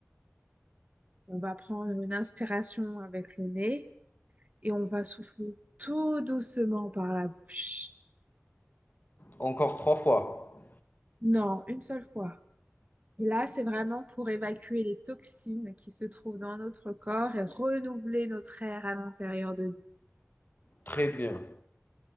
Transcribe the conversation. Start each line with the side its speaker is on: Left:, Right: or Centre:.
Right: On va prendre une inspiration avec le nez et on va souffler tout doucement par la bouche.
Left: Encore trois fois.
Right: Non, une seule fois. Et Là, c'est vraiment pour évacuer les toxines qui se trouvent dans notre corps et renouveler notre air à l'intérieur de nous.
Left: Très bien.